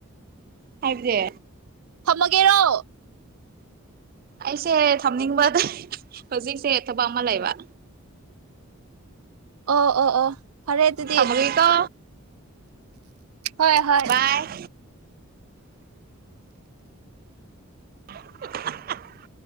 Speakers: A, on the right; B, on the right.
A: ꯍꯥꯏꯗꯤ꯫
B: ꯊꯝꯃꯒꯦꯔꯣ
A: ꯑꯩꯁꯦ ꯊꯝꯅꯤꯡꯕꯗ ꯍꯧꯖꯤꯛꯁꯦ ꯊꯕꯛ ꯑꯃ ꯂꯩꯕ꯫
B: ꯑꯣ ꯑꯣ ꯑꯣ ꯐꯔꯦ ꯑꯗꯨꯗꯤ꯫
A: ꯊꯝꯃꯒꯦꯀꯣ
B: ꯍꯣꯏ ꯍꯣꯏ
A: ꯕꯥꯏ <inaudible>